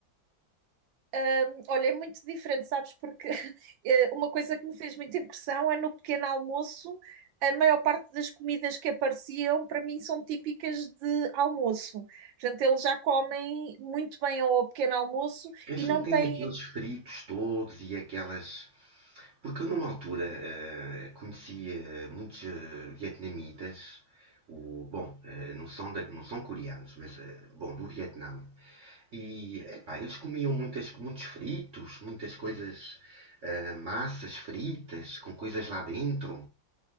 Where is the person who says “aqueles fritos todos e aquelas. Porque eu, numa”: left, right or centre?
Right